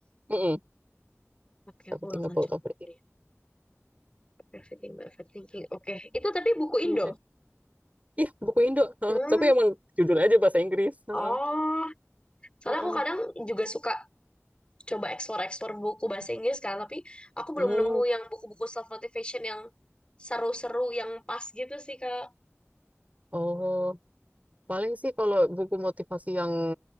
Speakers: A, on the right (about 30°); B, on the left (about 20°).
A: Mm-mm.
B: Oke,
A: Everything
B: aku bakal
A: About
B: coba
A: Overthinking.
B: deh. Everything about overthinking. Oke, itu tapi buku Indo.
A: Iya, Ih, buku Indo. Heeh.
B: Hmm.
A: Tapi emang judulnya aja bahasa Inggris. Heeh.
B: Oh, soalnya
A: Heeh.
B: aku kadang juga suka coba eksplor-eksplor buku bahasa Inggris kan, tapi aku
A: Hmm.
B: belum nemu yang buku-buku self motivation yang seru-seru yang pas gitu sih Kak.
A: Oh, paling sih kalau buku motivasi yang